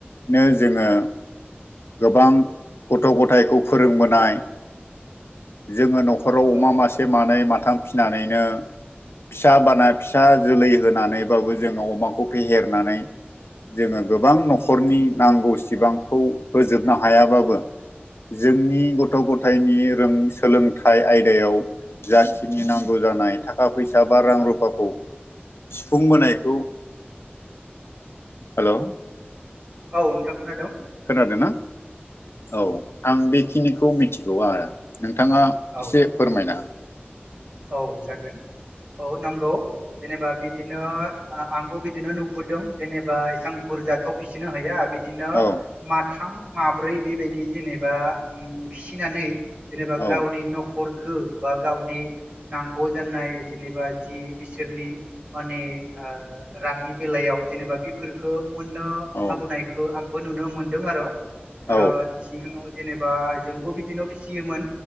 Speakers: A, on the left; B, on the right.
A: नो जोङो गोबां गथ' गथायखौ फोरोंबोनाय जोङो न'ख खराव
B: औ
A: अमा मासे मानै माथाम फिसिनानैनो फिसा बाना फिसा जोलै होनानैबाबो जोङो अमाखौ फेहेरनानै जोङो गोबां न'खरनि नांगौ सिबांखौ होजोबनो हायाबाबो जोंनि गथ' गथायनि रों सोलोंथाइ आयदायाव जाखिनि नांगौ जानाय थाखा फैसा बा रां रु गावखौ सुफुंबोनायखौ हेलौ
B: औ नोंथां खोनादों।
A: खोनादों ना औ आं बेखिनिखौ मिथिगौ आरो नोंथाङा
B: औ
A: एसे फोरमायना
B: औ जागोन औ नोंगौ जेनेबा बिदिनो आंबो बिदिनो नुबोदों जेनेबा इसां बु बुरजाथ फिसिनो हाया बे बिदिनो
A: औ
B: माथाम माब्रै बेबायदि जेनेबा फिसिनानै जेनेबा
A: औ
B: गावनि न'खरखौ बा गावनि नांगौ जानाय जेनेबा जि बिसोरनि माने रांनि बेलायाव जेनेबा बेफोरखौ मोननो
A: औ
B: हाबोनायखौ आंबो नुनो मोनदों आरो
A: औ
B: आरो सिगाङाव जेनेबा जोंबो बिदिनो फिसियोमोन